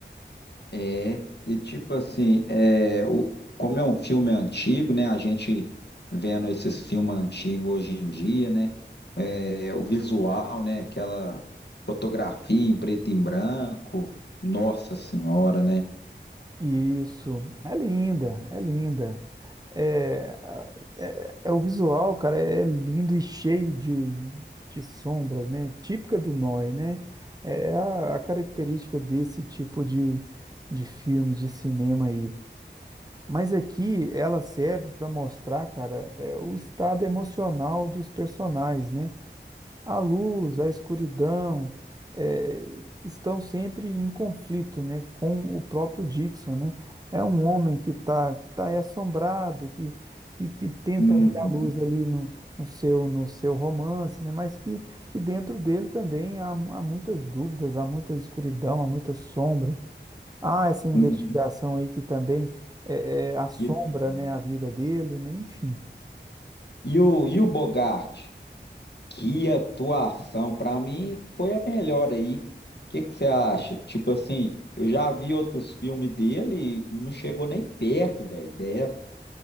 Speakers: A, on the left; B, on the right.
A: É, e tipo assim, é, o, como é um filme antigo, né? A gente vendo esses filmes antigos hoje em dia, né? é, o visual, né? Aquela fotografia em preto e branco. Nossa Senhora, né?
B: Isso, é linda, é linda. É, é, é o visual, cara, é lindo e cheio de, de sombras, né? Típica do noir, né? É é a, a característica desse tipo de, de filme, de cinema aí. Mas aqui ela serve para mostrar, cara, é, o estado emocional dos personagens, né? A luz, a escuridão, eh, estão sempre em conflito, né, com o próprio Dixon, né? É um homem que está que tá aí assombrado, que, que, que tenta
A: Uhum,
B: ver a luz ali no, no seu, no seu romance, né? Mas que, que dentro dele também há, mu- há muitas dúvidas, há muita escuridão, há muita sombra. Há essa investigação
A: uhum,
B: aí que também eh, eh, assombra,
A: que doideira.
B: né, a vida dele, né? Enfim,
A: E o, e o Bogart? Que atuação! Para mim foi a melhor aí. O que que você acha? Tipo assim, eu já vi outros filmes dele e não chegou nem perto, velho, dessa.